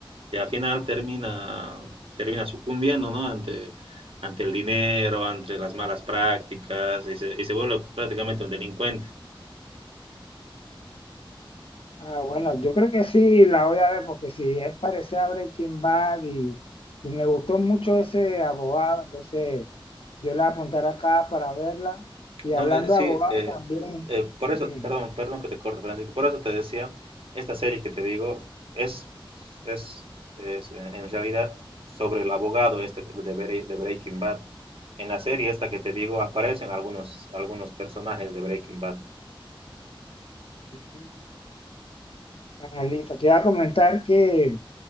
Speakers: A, on the right (about 85°); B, on the left (about 80°).
A: y al final termina, termina sucumbiendo, ¿no? Ante, ante el dinero, ante las malas prácticas y se, y se vuelve prácticamente un delincuente.
B: Ah, bueno, yo creo que sí la voy a ver porque si es parecida a Breaking Bad y, y me gustó mucho ese abogado, entonces yo la apuntaré acá para verla. Y
A: No,
B: hablando
A: eh, sí,
B: de abogados
A: eh,
B: también,
A: eh, por eso,
B: ujú,
A: perdón, perdón que te corte, Francisco, por eso te decía, esta serie que te digo es, es, es, eh, en realidad sobre el abogado este de, de Bre- de Breaking Bad. En la serie esta que te digo aparecen algunos, algunos personajes de Breaking Bad.
B: ujú, ah, listo, te iba a comentar que